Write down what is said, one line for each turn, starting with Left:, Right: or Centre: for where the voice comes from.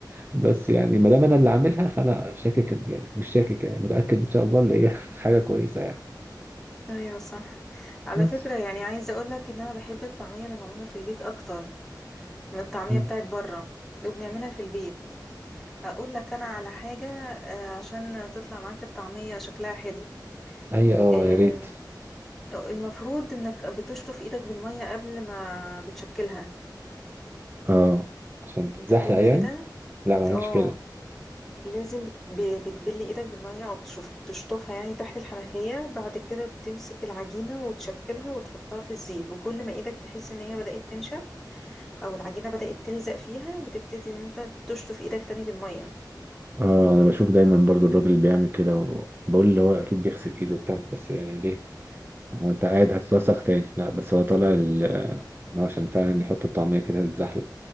Right: بس يعني ما دام انا اللي عاملها فانا شاكك إن- يعني مش شاكك يعني متأكد ان شاء الله اللي هي <laughs> حاجة كويسة يعني
Centre: ايوه صح على
Right: بس
Centre: فكرة يعني عايزة اقولك ان انا بحب الطعمية اللي معمولة في البيت اكتر من الطعمية
Right: مم.
Centre: بتاعت بره وبنعملها في البيت اقول لك انا على حاجة آه، عشان تطلع معاك الطعمية شكلها حلو
Right: هي اه
Centre: آم،
Right: يا ريت
Centre: المفروض انك بتشطف ايدك بالمية قبل ما بتشكلها
Right: اه عشان تتزحلق
Centre: انت بتعمل
Right: يعني
Centre: كده
Right: لا ما اعملش
Centre: اه
Right: كده
Centre: لازم بت- ب- بتبلي ايدك بالمية او تشف- تشطفها يعني تحت الحنفية بعد كده بتمسك العجينة وتشكلها وتحطها في الزيت وكل ما ايدك تحس ان هي بدأت تنشف او العجينة بدأت تلزق فيها بتبتدي ان انت تشطف ايدك تاني بالمية
Right: اه انا بشوف دايما برضو الراجل اللي بيعمل كده وبقول اللي هو اكيد بيغسل ايده بتاع بس يعني ليه هو انت قاعد
Centre: ايوه
Right: هتتوسخ تاني لا بس هو طالع ال- آه، إن هو عشان فعلا يحط الطعمية كده تتزحلق